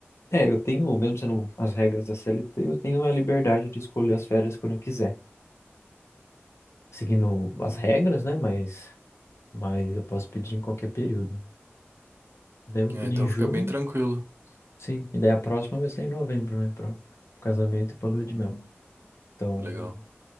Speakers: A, on the left; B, on the right.
A: É, eu tenho, mesmo sendo as regras da CLT, eu tenho a liberdade de escolher as férias quando eu quiser. Seguindo as regras, né? Mas, mas eu posso pedir em qualquer período. Daí eu vou
B: É,
A: pedir
B: então
A: em junho,
B: fica bem tranquilo.
A: sim. E daí a próxima vai ser em novembro, né? Para o casamento e para lua de mel. Então,
B: Legal.